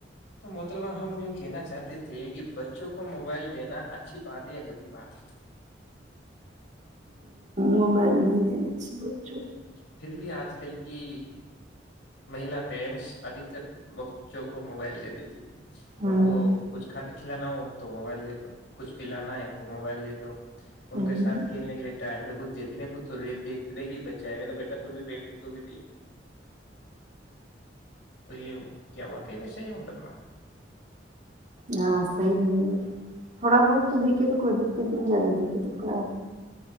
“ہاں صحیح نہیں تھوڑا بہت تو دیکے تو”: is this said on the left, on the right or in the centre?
Right